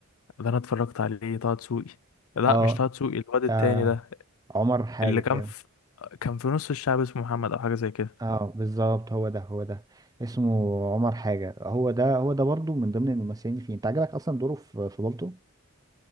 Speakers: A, on the left (about 75°); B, on the right (about 15°).
A: ده انا اتفرجت عليه طه دسوقي لا
B: اه
A: مش طه دسوقي الواد التاني
B: آه،
A: ده
B: عمر حاجه
A: اللي
B: كده
A: كان في كان في نص الشعب اسمه محمد او حاجه زي كده
B: اه بالظبط هو ده هو ده اسمه عمر حاجة هو ده هو ده برضو من ضمن الممثلين اللي فيه انت عجبك اصلا دوره في في بالطو